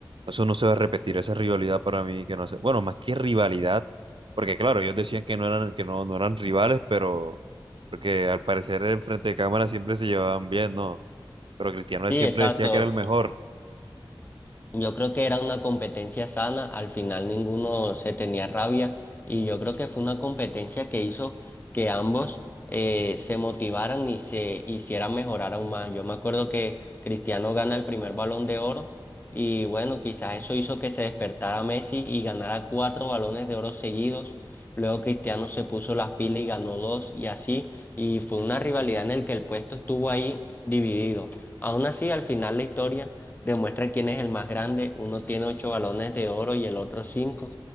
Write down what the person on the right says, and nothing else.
eso no se va a repetir, esa rivalidad para mí que no sé. Bueno, más que rivalidad, porque claro, ellos decían que no eran, que no, no eran rivales, pero porque al parecer en frente de cámara siempre se llevaban bien, ¿no? Pero Cristiano
siempre
decía que era el mejor.